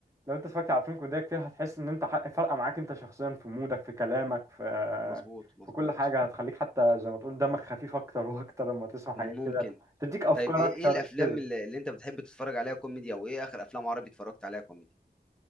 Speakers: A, on the right; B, in the centre.
A: لو انت اتفرجت على افلام كوميديه كتير هتحس ان انت ح- فارقه معاك انت شخصيا في مودك في كلامك في
B: مظبوط مظبوط
A: في كل حاجه هتخليك حتى زي ما تقول دمك خفيف اكتر <laughs> واكتر لما تسمع حاجات
B: ممكن
A: كده تديك افكار
B: طيب ايه
A: اكتر
B: إيه الافلام
A: كده
B: اللي, اللي انت بتحب تتفرج عليها كوميدي او ايه اخر افلام عربي اتفرجت عليها كوميدي